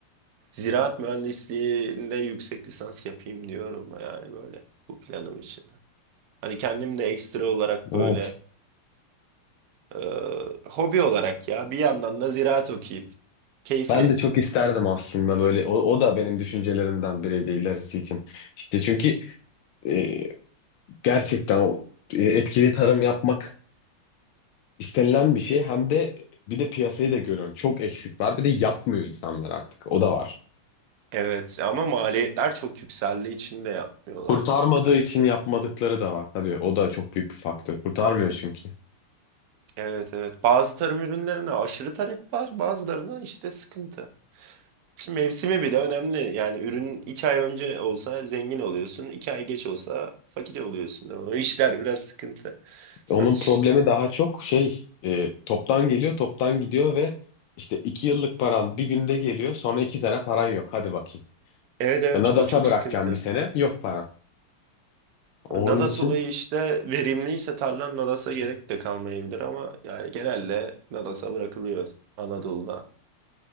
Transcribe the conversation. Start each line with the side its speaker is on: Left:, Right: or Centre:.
Right: Ziraat mühendisliğinde yüksek lisans yapayım diyorum yani böyle bu planım için. Hani kendim de ekstra olarak
Left: evet.
Right: böyle e, hobi olarak ya bir yandan da ziraat okuyayım. Keyfi.
Left: Ben de çok isterdim aslında böyle. O, o da benim düşüncelerimden biriydi ilerisi için. İşte çünkü e, gerçekten o e, etkili tarım yapmak istenilen bir şey hem de bir de piyasayı da görüyorsun. Çok eksik var. Bir de yapmıyor insanlar artık. O da var.
Right: Evet ama maliyetler çok yükseldiği için de yapmıyorlar
Left: Kurtarmadığı
Right: bir tık hani.
Left: için yapmadıkları da var. Tabii o da çok büyük bir faktör. Kurtarmıyor çünkü.
Right: Evet evet bazı tarım ürünlerine aşırı talep var bazılarına işte sıkıntı. Ki mevsimi bile önemli yani ürün iki ay önce olsa zengin oluyorsun iki ay geç olsa fakir oluyorsun. O işler biraz sıkıntı satış.
Left: Onun problemi daha çok şey e, toptan geliyor, toptan gidiyor ve işte iki yıllık paran bir günde geliyor. Sonra iki tane paran yok. Hadi bakayım.
Right: Evet evet
Left: Nadas'a
Right: o çok
Left: bırakacağım
Right: sıkıntı.
Left: bir sene. Yok paran. Onun
Right: Nada
Left: için
Right: sulayı işte verimliyse tarlan Nadas'a gerek de kalmayabilir ama yani genelde Nadas'a bırakılıyor Anadolu'da.